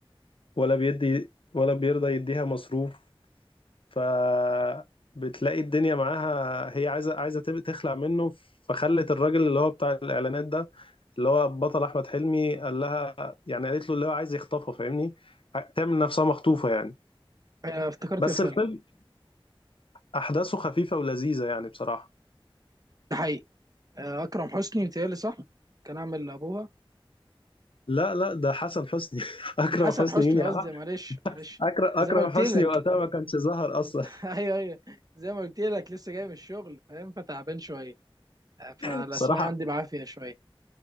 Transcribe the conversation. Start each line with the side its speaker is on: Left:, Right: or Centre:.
Left: ولا بيدي ولا بيرضى يديها مصروف فبتلاقي الدنيا معاها هي عايزه عايزه تب- تخلع منه فخلت الراجل اللي هو بتاع الاعلانات ده اللي هو بطل احمد حلمي قال لها يعني قالت له اللي هو عايز يخطفها فاهمني ع- تعمل نفسها مخطوفه يعني
Right: آه، افتكرت
Left: بس
Right: الفيلم
Left: الفيلم احداثه خفيفه ولذيذه يعني بصراحه
Right: ده حقيقي آه، اكرم حسني متهيألي صح كان عامل ابوها
Left: لا لا ده حسن حسني <laughs> اكرم
Right: حسن
Left: حسني
Right: حسني
Left: مين يا
Right: قصدي
Left: عم؟
Right: معلش معلش
Left: اكرم اكرم
Right: زي ما قلت
Left: حسني
Right: لك
Left: وقتها ما كانش ظهر اصلا
Right: <laughs> ايوه ايوه زي ما قلت لك لسه جاي من الشغل فاهم فتعبان شويه آه، فالاسماء
Left: <laughs> بصراحه
Right: عندي بعافيه شويه